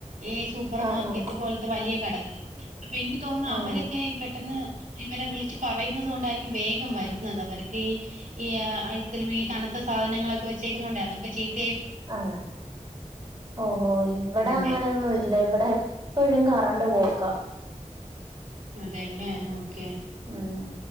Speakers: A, on the right; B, on the right.
A: ഈ സൂപ്പർ
B: ആഹ്
A: മാർക്കറ്റ് പോലത്തെ വലിയ കടകള് അപ്പൊ എനിക്ക് തോന്നുന്നു അവരൊക്കെ
B: ആഹ്
A: പെട്ടെന്ന് ഇവരെ വിളിച്ച് പറയുന്നത് കൊണ്ടായിരിക്കും വേഗം വരും അവർക്ക് ഈ ഈ ഐസ്ക്രീം ഈ തണുത്ത സാധനങ്ങളൊക്കെ വെച്ചേക്കുന്നുണ്ടെ <unintelligible> <unintelligible>
B: ആ ഓഹോ ഇവിടെ
A: അതിന്റെ
B: അങ്ങനെന്നും ഇല്ല ഇവിടെ എപ്പോഴും കറണ്ട് പോകും ക്ക
A: അതല്ലേ <unintelligible> ഓക്കെ
B: ഉം